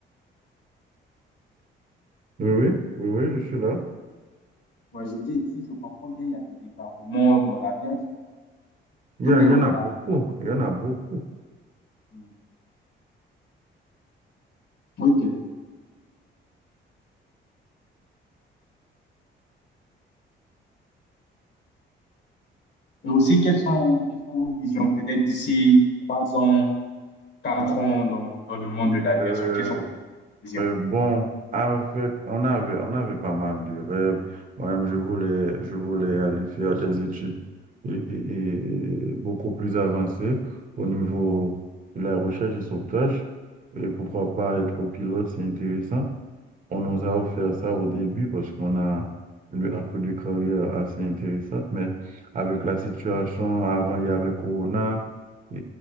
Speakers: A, on the right; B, on the left.
A: Oui, oui, oui, oui, je suis là.
B: Ouais, je dis, si je comprends bien, il y a des départements dans l'aviation.
A: Il
B: Tout
A: y, a-
B: est
A: il
B: reparti.
A: y en a beaucoup,
B: sur-
A: il y en a beaucoup.
B: Hmm. OK. Et aussi, quelles sont, quelles sont vos visions peut-être d'ici trois ans, quatre ans dans, dans le monde de l'aviation?
A: Euh,
B: Quelles sont vos visions?
A: euh, bon, avec, on avait, on avait pas mal de rêves. Moi-même, je voulais, je voulais aller faire des études et, et- et beaucoup plus avancées au niveau de la recherche et sauvetage. Et pourquoi pas être pilote, c'est intéressant. On nous a offert ça au début parce qu'on a eu un coup de carrière assez intéressant, mais avec la situation, avant il y avait Corona, et,